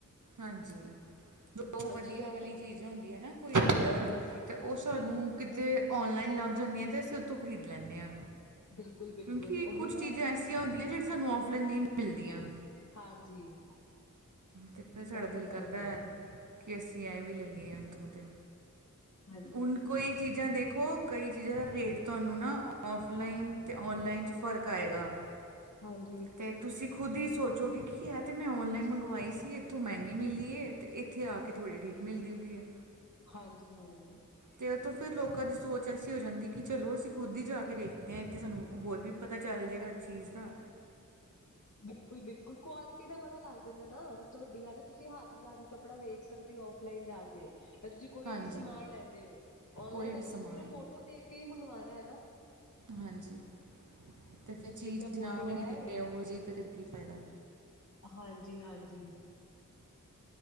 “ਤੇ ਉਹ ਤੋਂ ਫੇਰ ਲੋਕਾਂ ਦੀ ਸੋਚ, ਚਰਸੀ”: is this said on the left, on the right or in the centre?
Right